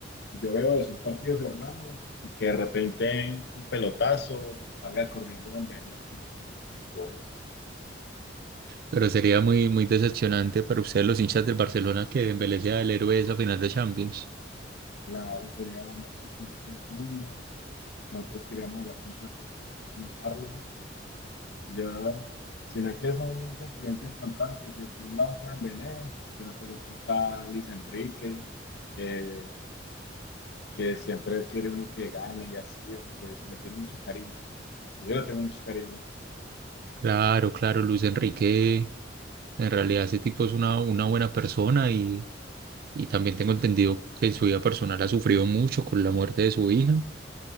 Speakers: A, on the left (about 60°); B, on the right (about 55°).
A: Yo veo es un partido cerrado y que de repente un pelotazo salga corriendo Dembélé y, y gol.
B: Pero sería muy, muy decepcionante para ustedes, los hinchas del Barcelona, que Dembélé sea el héroe de esa final de Champions.
A: Claro, sería lo más decepcionante del mundo. Nosotros queríamos jugar contra el PSG, dominarlos Yo, sino que son sentimientos encontrados, porque por un lado está Dembélé, pero por el otro está Luis Enrique, eh, que siempre quiere uno que gane y así, o que se le tiene mucho cariño. Yo le tengo mucho cariño.
B: Claro, claro, Luis Enrique. En realidad, ese tipo es una, una buena persona y, y también tengo entendido que en su vida personal ha sufrido mucho con la muerte de su hija